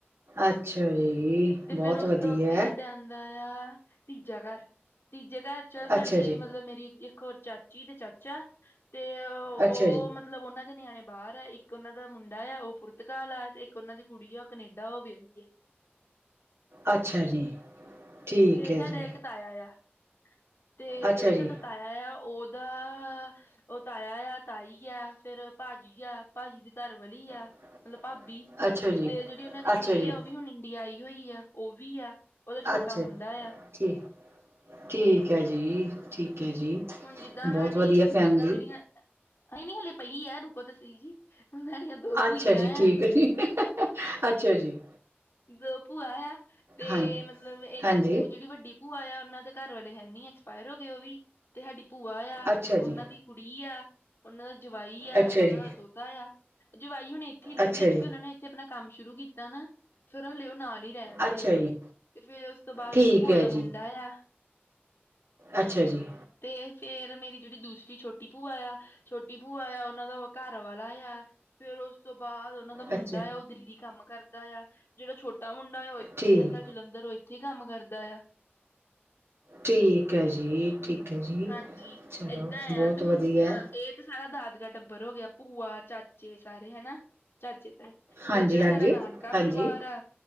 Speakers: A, on the right; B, on the left.
A: ਅੱਛਾ ਜੀ
B: ਤੇ
A: ਬਹੁਤ
B: ਫੇਰ ਉਸ
A: ਵਧੀਆ।
B: ਤੋਂ ਅੱਗੇ ਅੱਗੇ ਸਾਡੇ ਆਉਂਦਾ ਆ ਤੀਜਾ ਘਰ ਤੀਜੇ ਘਰ ਚ ਸਾਡੀ
A: ਅੱਛਾ ਜੀ,
B: ਮਤਲਬ ਮੇਰੀ ਇੱਕ ਹੋਰ ਚਾਚੀ ਤੇ ਚਾਚਾ ਤੇ ਉਹ
A: ਅੱਛਾ ਜੀ,
B: ਮਤਲਬ ਉਹਨਾਂ ਦੇ ਨਿਆਣੇ ਬਾਹਰ ਆ ਇੱਕ ਉਹਨਾਂ ਦਾ ਮੁੰਡਾ ਆ ਉਹ ਪੁਰਤਕਾਲ ਆ ਤੇ ਇੱਕ ਉਹਨਾਂ ਦੀ ਕੁੜੀ ਆ ਉਹ ਕਨੇਡਾ ਉਹ ਵਿਆਹੀ ਹੈ
A: ਅੱਛਾ ਜੀ ਠੀਕ
B: ਫੇਰ
A: ਹੈ
B: ਸਾਡੇ
A: ਜੀ।
B: ਇੱਕ ਤਾਇਆ ਆ ਤੇ
A: ਅੱਛਾ
B: ਜਿਹੜਾ
A: ਜੀ,
B: ਸਾਡਾ ਤਾਇਆ ਆ ਉਹ ਉਹ ਓਦਾ ਉਹ ਤਾਇਆ ਆ ਤਾਈ ਆ ਫੇਰ ਭਾਜੀ ਆ ਭਾਜੀ ਦੀ ਘਰਵਾਲੀ ਆ ਮਤਲਬ
A: <unintelligible>
B: ਭਾਬੀ
A: ਅੱਛਾ ਜੀ,
B: ਤੇ ਜਿਹੜੀ ਉਹਨਾਂ ਦੀ ਕੁੜੀ
A: ਅੱਛਾ ਜੀ,
B: ਆ ਉਹ ਵੀ ਹੁਣ ਇੰਡੀਆ ਆਈ ਹੋਈ ਆ ਉਹ ਵੀ ਆ ਉਹਦਾ ਛੋਟਾ
A: ਅੱਛਾ
B: ਤਾਂ ਮੁੰਡਾ ਆ
A: ਠੀਕ ਠੀਕ ਹੈ ਜੀ ਠੀਕ ਹੈ ਜੀ
B: ਹੁਨ ਜਿੱਦਾਂ
A: ਬਹੁਤ
B: ਸਾਡੀ
A: ਵਧੀਆ ਫੈਮਲੀ,
B: ਜਿਹੜੀਆਂ ਇਹ ਨੀ ਹਲੇ ਪਈ ਏ ਰੁਕੋ ਤਾਂ ਸਈ ਜੀ ਉਹਨਾਂ ਦੀਆਂ ਦੋ
A: ਅੱਛਾ
B: ਭੂਈਆ
A: ਜੀ ਠੀਕ
B: ਆ
A: ਹੈ ਜੀ, ਅੱਛਾ ਜੀ
B: ਦੋ ਭੂਆ ਆ ਤੇ
A: ਹਾਂਜੀ,
B: ਮਤਲਬ ਇੱਕ
A: ਹਾਂਜੀ,
B: ਭੂ ਜਿਹੜੀ ਵੱਡੀ ਭੂਆ ਇਆ ਉਹਨਾਂ ਦੇ ਘਰ ਵਾਲੇ ਹੈਨੀ ਐਕਸਪਾਇਰ ਹੋ ਗਏ ਉਹ ਵੀ ਤੇ ਸਾਡੀ ਭੂਆ ਇਆ
A: ਅੱਛਾ
B: ਉਹਨਾਂ
A: ਜੀ,
B: ਦੀ ਕੁੜੀ ਆ ਉਹਨਾਂ ਦਾ ਜਵਾਈ ਆ
A: ਅੱਛਾ
B: ਉਹਨਾਂ
A: ਜੀ,
B: ਦਾ ਦੋਤਾ ਆ ਜਵਾਈ ਹੁਣ ਇੱਥੇ ਹੀ ਰਹਿੰਦੇ
A: ਅੱਛਾ
B: ਕਿਉਂਕਿ
A: ਜੀ।
B: ਉਹਨਾਂ ਨੇ ਇੱਥੇ ਆਪਣਾ ਕੰਮ ਸ਼ੁਰੂ ਕੀਤਾ ਨਾ ਫਿਰ ਹਲੇ ਉਹ ਨਾਲ ਰਹਿੰਦੇ
A: ਅੱਛਾ ਜੀ,
B: ਤੇ ਫੇਰ ਉਸ ਤੋਂ ਬਾਅਦ
A: ਠੀਕ
B: ਵਿੱਚ ਭੂਆ
A: ਹੈ
B: ਦਾ
A: ਜੀ,
B: ਮੁੰਡਾ ਆ
A: ਅੱਛਾ ਜੀ
B: ਤੇ ਫੇਰ ਮੇਰੀ ਜਿਹੜੀ ਦੂਸਰੀ ਛੋਟੀ ਭੂਆ ਇਆ ਛੋਟੀ ਭੂਆ ਇਆ ਉਹਨਾਂ ਦਾ ਉਹ ਘਰ ਵਾਲਾ ਇਆ ਫੇਰ ਉਸ ਤੋਂ ਬਾਅਰ ਉਹਨਾਂ ਦਾ ਮੁੰਡਾ
A: ਅੱਛਾ
B: ਆ ਉਹ ਦਿੱਲੀ ਕੰਮ ਕਰਦਾ ਆ ਜਿਹੜਾ ਛੋਟਾ ਮੁੰਡਾ ਉਹ ਇੱਥੇ
A: ਠੀਕ।
B: ਈ ਰਹਿੰਦਾ ਜਲੰਧਰ ਉਹ ਇੱਥੇ ਈ ਕੰਮ ਕਰਦਾ ਆ
A: ਠੀਕ ਹੈ ਜੀ, ਠੀਕ ਹੈ ਜੀ।
B: ਹਾਂਜੀ
A: ਚਲੋ
B: ਏਦਾਂ
A: ਬਹੁਤ
B: ਆ ਤੇ
A: ਵਧੀਆ
B: ਹੁਨ ਅ
A: ਹੈ,
B: ਇਹ ਤਾਂ ਸਾਰਾ ਦਾਦਕਾ ਟੱਬਰ ਹੋ ਗਿਆ ਭੂਆ ਚਾਚੇ ਸਾਰੇ ਹੈਨਾ ਚਾਚੇ ਤੇ
A: ਹਾਂਜੀ-
B: ਫੇਰ ਜੇਹੜਾ
A: ਹਾਂਜੀ।
B: ਸਾਡਾ ਨਾਨਕਾ
A: ਹਾਂਜੀ।
B: ਪਰਿਵਾਰ ਆ